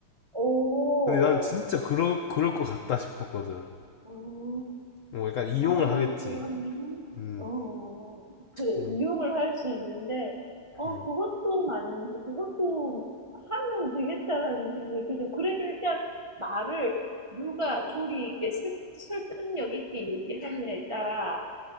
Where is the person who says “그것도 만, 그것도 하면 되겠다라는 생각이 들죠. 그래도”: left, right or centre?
Right